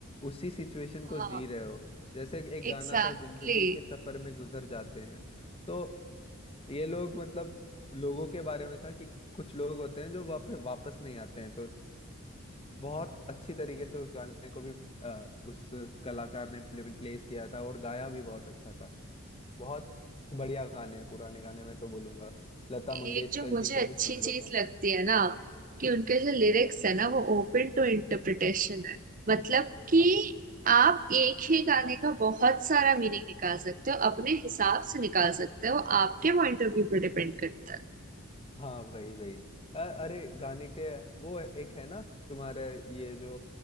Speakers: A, on the left (about 25°); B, on the right (about 35°).
A: उसी सिचुएशन
B: हाँ
A: को जी रहे हो जैसे कि एक गाना
B: एग्जैक्टली
A: था जिंदगी के सफर में गुजर जाते हैं तो ये लोग मतलब लोगों के बारे में था कि कुछ लोग होते हैं जो वापस वापस नहीं आते हैं तो बहुत अच्छी तरीके से उस गाने को भी अ, उस कलाकार ने प्ले, प्लेस किया था और गाया भी बहुत अच्छा था बहुत बढ़िया गाने हैं पुराने गाने मैं तो बोलूंगा लता
B: एक
A: मंगेशकर
B: जो मुझे
A: जी के
B: अच्छी
A: भी सुन
B: चीज
A: लो तुम
B: लगती है ना कि उनके जो लिरिक्स
A: हाँ
B: है ना वो ओपन टू इंटरप्रिटेशन है मतलब कि
A: हाँ
B: आप एक ही गाने का बहुत सारा मीनिंग निकाल सकते हो अपने हिसाब से निकाल सकते हो आपके पॉइंट ऑफ व्यू पर डिपेंड करता है
A: हाँ वही वही अ, अरे गाने के वो एक है ना तुम्हारे ये जो